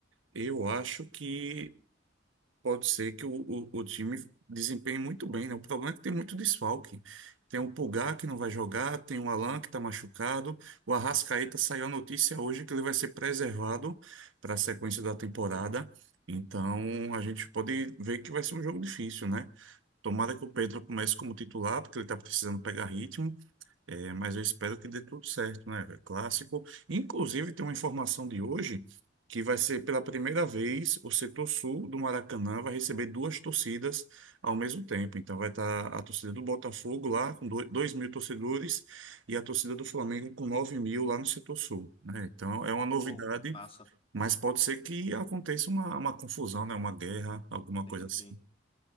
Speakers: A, on the right; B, on the left.
A: Eu acho que Pode ser que o, o, o time desempenhe muito bem, né? O problema é que tem muito desfalque. Tem o Pulgar que não vai jogar, tem o Alan que está machucado. O Arrascaeta saiu a notícia hoje que ele vai ser preservado para a sequência da temporada. Então a gente pode ver que vai ser um jogo difícil, né? Tomara que o Pedro comece como titular, porque ele está precisando pegar ritmo. É, mas eu espero que dê tudo certo, né? velho? Clássico. Inclusive, tem uma informação de hoje que vai ser pela primeira vez o setor sul do Maracanã vai receber duas torcidas ao mesmo tempo. Então, vai estar a torcida do Botafogo lá com do- 2 mil torcedores e a torcida do Flamengo com 9 mil lá no setor sul, né? Então, é uma novidade,
B: Pô, que massa.
A: mas pode ser que aconteça uma, uma confusão, né? Uma guerra, alguma coisa
B: Sim,
A: assim.
B: sim.